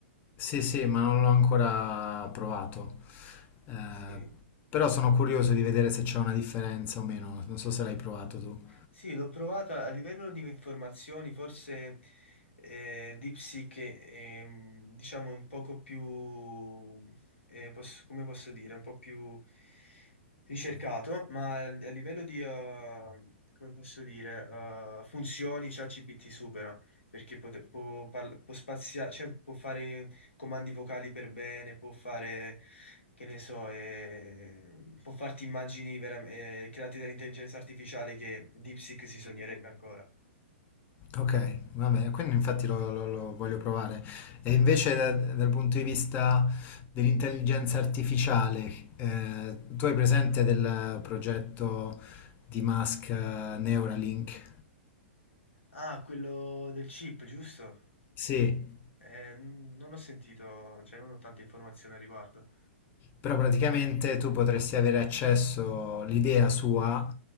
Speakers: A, on the left; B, on the left.
A: Sì, sì, ma non l'ho ancora provato. Eh,
B: Sì.
A: però sono curioso di vedere se c'è una differenza o meno. Non so se l'hai provato tu.
B: Sì, l'ho provata a livello di informazioni, forse eh, DeepSeek è, ehm, diciamo, un poco più, eh, posso- come posso dire, un po' più ricercato, ma a a livello di, eh, come posso dire, eh, funzioni ChatGPT supera, perché pote- può, parla- può spaziare, cioè può fare comandi vocali per bene, può fare che ne so, eh, può farti immagini veram- eh, create dall'intelligenza artificiale che DeepSeek si sognerebbe ancora.
A: Ok, vabbè, quindi infatti lo, lo- lo voglio provare. E invece da- dal punto di vista dell'intelligenza artificiale, eh, tu hai presente del progetto di Musk, eh, Neuralink?
B: Ah, quello del chip, giusto?
A: Sì,
B: Eh, n- non ho sentito, cioè non ho tante informazioni al riguardo.
A: però praticamente tu potresti avere accesso, l'idea sua